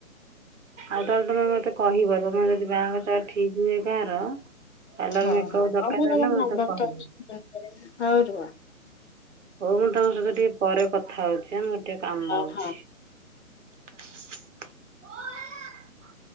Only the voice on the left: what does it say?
ହଉ
ହଉ
ହଉ ମୁଁ ତମ
ନମ୍ବରଟା
ଅଛି ମନେ ପଡିଲା ହଉ ରୁହ।
ହଁ
ହଁ।